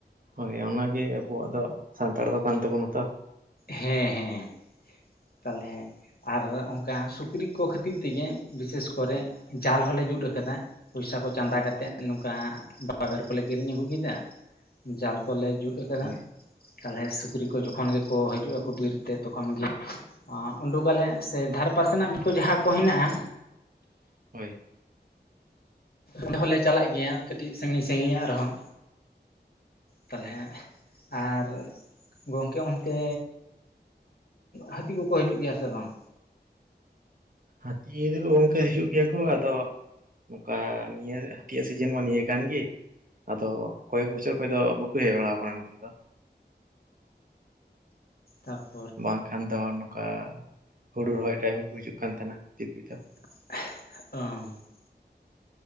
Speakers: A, on the right; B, on the left.
A: ᱦᱳᱭ ᱚᱱᱟᱜᱮ ᱟᱵᱚᱣᱟᱜ ᱫᱚ ᱥᱟᱱᱛᱟᱲ ᱫᱚ ᱠᱟᱱ ᱛᱟᱵᱚᱱᱟ ᱛᱚ
B: ᱦᱮᱸ ᱦᱮᱸ ᱛᱟᱞᱦᱮ ᱟᱨ ᱚᱝᱠᱟ ᱥᱩᱠᱨᱤ ᱠᱚ ᱠᱷᱟᱹᱛᱤᱨ ᱛᱮᱜᱮ ᱵᱤᱥᱮᱥ ᱠᱚᱨᱮ ᱡᱟᱞ ᱦᱚᱞᱮ ᱡᱩᱫ ᱟᱠᱟᱫᱟ ᱯᱩᱭᱥᱟ ᱠᱚ ᱪᱟᱸᱫᱟ ᱠᱟᱛᱮᱫ ᱱᱚᱝᱠᱟ ᱵᱟᱵᱮᱨ ᱠᱚᱞᱮ ᱠᱤᱨᱤᱧ ᱟᱹᱜᱩ ᱠᱮᱫᱟ ᱡᱟᱞ ᱠᱚᱞᱮ ᱡᱩᱫ ᱟᱠᱟᱫᱟ
A: ᱦᱳᱭ
B: ᱛᱟᱞᱦᱮ ᱥᱩᱠᱨᱤ ᱠᱚ ᱡᱚᱠᱷᱚᱱ ᱜᱮᱠᱚ ᱦᱤᱡᱩᱜ ᱟᱠᱚ ᱵᱤᱨᱛᱮ ᱛᱚᱠᱷᱚᱱ ᱜᱮ ᱩᱸᱰᱩᱠ ᱟᱞᱮ ᱥᱮ ᱫᱷᱟᱨ ᱯᱟᱥᱮᱱᱟᱜ ᱡᱟᱦᱟᱸ ᱠᱚ ᱦᱮᱱᱟᱜ-ᱟ
A: ᱦᱳᱭ
B: ᱚᱸᱰᱮ ᱦᱚᱞᱮ ᱪᱟᱞᱟᱜ ᱜᱮᱭᱟ ᱠᱟᱹᱴᱤᱡ ᱥᱟᱺᱜᱤᱧ ᱥᱟᱺᱜᱤᱧᱟᱜ ᱨᱮᱦᱚᱸ ᱛᱟᱞᱦᱮ ᱟᱨ ᱜᱚᱝᱠᱮ ᱚᱱᱛᱮ ᱦᱟᱹᱛᱤ ᱠᱚᱠᱚ ᱦᱤᱡᱩᱜ ᱜᱮᱭᱟ ᱥᱮ ᱵᱟᱝ
A: ᱦᱟᱹᱛᱤ ᱫᱚ ᱜᱚᱝᱠᱮ ᱦᱤᱡᱩᱜ ᱜᱮᱭᱟ ᱠᱚ ᱟᱫᱚ ᱱᱚᱠᱟ ᱱᱤᱭᱟᱹ ᱦᱟᱹᱛᱤᱭᱟᱜ ᱥᱤᱡᱤᱱ ᱢᱟ ᱱᱤᱭᱟᱹ ᱠᱟᱱᱜᱤ ᱟᱫᱚ ᱠᱚᱭᱮᱠ ᱵᱚᱪᱷᱚᱨ ᱠᱷᱚᱡ ᱫᱚ ᱵᱟᱠᱩ ᱦᱮᱡ ᱵᱟᱲᱟᱣ ᱠᱟᱱᱟ ᱱᱚᱛᱮ ᱫᱚ
B: ᱚᱻ
A: ᱵᱟᱝᱠᱷᱟᱱ ᱫᱚ ᱱᱚᱠᱟ ᱦᱩᱲᱩ ᱨᱚᱦᱚᱭ ᱴᱟᱭᱤᱢ ᱠᱚ ᱦᱤᱡᱩᱜ ᱠᱟᱱ ᱛᱟᱦᱮᱱᱟ ᱦᱟᱹᱛᱤ ᱠᱚᱫᱚ
B: ᱚ